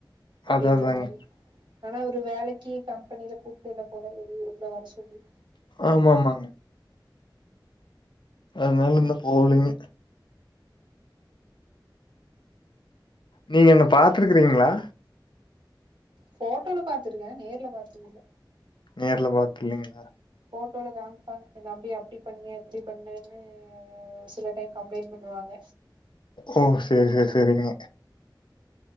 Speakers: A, on the right (about 70°); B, on the left (about 75°).
A: அப்டின்ற
B: அத தாங்க.
A: மாரி ஆனா அவரு வேலைக்கு கம்பெனில கூப்புட்ல போல என்ன போன வெளி ஊருக்லா வர சொல்லி
B: ஆமா ஆமாங்க அதனால இந்த போலீங்க நீங்க என்ன பாத்துருக்றீங்ளா
A: ஃபோட்டோல பாத்துருக்கே நேர்ல பாத்ததில்ல
B: நேர்ல பாக்ளிங்லா
A: போட்டோல காமிப்பாங்க எந்தம்பிய அப்டி பண்ண எப்டி பண்ணேன்னு ஒரு சிலர் டைம் கம்பளைண்ட் பண்ணுவாங்க
B: ஓ சேரி சேரி சேரிங்க